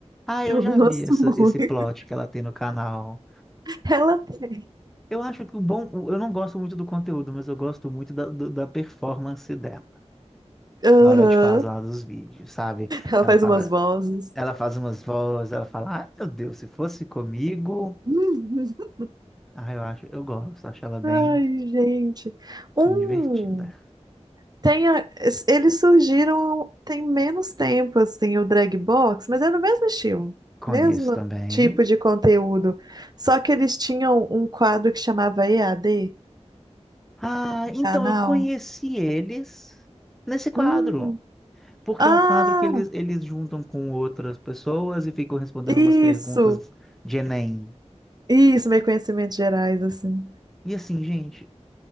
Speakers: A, in the centre; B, on the right.
A: Ah,
B: que
A: eu
B: Eu
A: já
B: gosto
A: vi essa,
B: muito.
A: esse plot que ela tem no canal.
B: <laughs> Ela tem.
A: Eu acho que o bom. o- Eu não gosto muito do conteúdo, mas eu gosto muito da, do- da performance dela
B: Aham.
A: na hora de fazer lá dos vídeos, sabe?
B: Ela
A: Ela
B: faz
A: fala,
B: umas vozes.
A: ela faz umas vozes, ela fala, ah, meu Deus, se fosse comigo.
B: <laughs>
A: Ah, eu acho, eu gosto, acho ela bem
B: Ai, gente. Um.
A: divertida.
B: Tem a- es- eles surgiram tem menos tempo, assim, o drag box, mas era o mesmo estilo,
A: Conheço
B: mesmo
A: também.
B: tipo de conteúdo. Só que eles tinham um quadro que chamava EAD,
A: Ah, então
B: canal.
A: eu conheci eles nesse quadro.
B: Hum.
A: Porque
B: Ah,
A: é um quadro que eles, eles juntam com outras pessoas e ficam respondendo
B: isso,
A: umas perguntas de Enem.
B: isso, meio conhecimentos gerais, assim.
A: E assim, gente,